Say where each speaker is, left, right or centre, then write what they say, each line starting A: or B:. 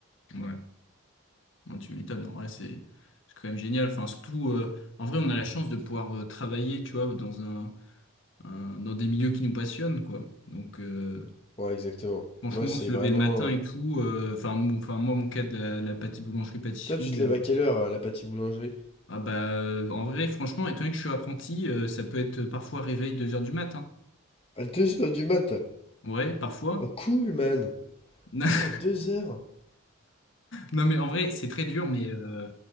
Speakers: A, on the left; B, on the left.
A: ouais, Non, tu m'étonnes, en vrai, c'est c'est quand même génial. Enfin, surtout, euh, en vrai, on a la chance de pouvoir euh, travailler, tu vois, dans un, un- dans des milieux qui nous passionnent, quoi. Donc, euh,
B: Ouais, exactement.
A: franchement,
B: Moi, c'est
A: se
B: vraiment...
A: lever le matin et
B: euh,
A: tout, euh, enfin, mou- enfin, moi, mon cas de la, la pâti- boulangerie-pâtisserie,
B: Toi, tu te lèves
A: euh,
B: à quelle heure à la pâtisserie boulangerie?
A: ah bah, euh, en vrai, franchement, étant donné que je suis apprenti, euh, ça peut être parfois réveil 2 heures du matin.
B: À deux heures du mat?
A: Ouais, parfois.
B: Oh cool man!
A: <laughs>
B: Putain, deux heures.
A: Non, mais en vrai, c'est très dur, mais, euh,